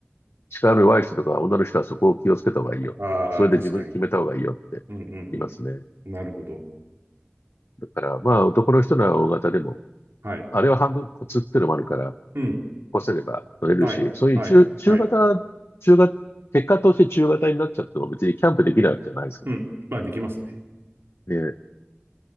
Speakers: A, on the left; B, on the right.
A: 力の弱い人とか女の人はそこを気をつけた方がいいよ。
B: ああ、
A: それで自分決めた方がいいよって言いますね。
B: 確かに。うん、うん、うん。なるほど。
A: だからまあ男の人なら大型でも、
B: はい。
A: あれは半分コツっていうのもあるから、起
B: うん。
A: こせれば乗れるし、
B: はい。
A: そういう中、
B: はい。
A: 中型、
B: はい。
A: 中型、結果として中型になっちゃっても別にキャンプできないわけじゃないですか
B: うん。まあ、できますね。
A: らね。